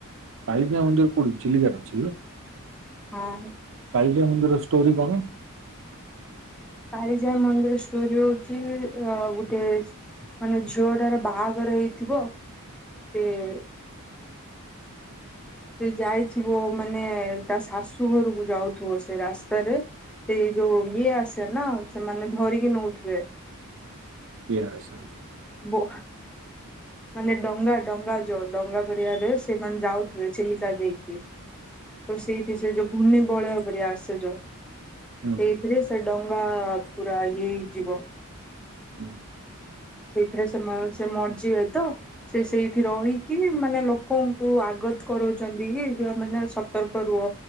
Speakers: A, on the right (about 65°); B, in the centre.
A: କାଳିଜାଈ ମନ୍ଦିର କୋଉଠି ଅଛି ଚିଲିକାରେ ଅଛିଲୋ?
B: ହଁ।
A: କାଳିଜାଈଙ୍କର ଷ୍ଟୋରି କଣ?
B: କାଳିଜାଇ ମନ୍ଦିର ଷ୍ଟୋରି ହଉଛି ଅ ଗୋଟେ ମାନେ ଝୁଅଟାର ବାହାଘର ହେଇଥିବ ସିଏ ସେ ଯାଇଥିବ ମାନେ ତା ଶାଶୁ ଘରକୁ ଯାଉଥିବ ସେ ରାସ୍ତାରେ ସେଇ ଯୋଉ ଇଏ ଆସେ ନା ସେମାନେ ଧରିକି ନଉଥିବେ
A: କିଏ ଆସେ?
B: ବୋ ମାନେ ଡଙ୍ଗା, ଡଙ୍ଗା ଯୋଉ ଡଙ୍ଗା ଜରିଆରେ ସେମାନେ ଯାଉଥିବେ ଚିଲିକା ଦେଇକି ସେଇଥି ସେ ଯୋଉ ଘୂର୍ଣ୍ଣିବଳୟ ପରି ଆସେ ଯୋଉ
A: ହୁଁ
B: ସେଇଥିରେ ସେ ଡଙ୍ଗା ପୁରା ଇଏ ହେଇଯିବ।
A: ହୁଁ
B: ସେଇଥିରେ ସେ ମରିଯିବେ ତ ସେ ସେଇଠି ରହିକି ମାନେ ଲୋକଙ୍କୁ ଆଗତ୍ କରାଉଛନ୍ତି କି ଯେ ଆମେମାନେ ସତର୍କ ରୁହ।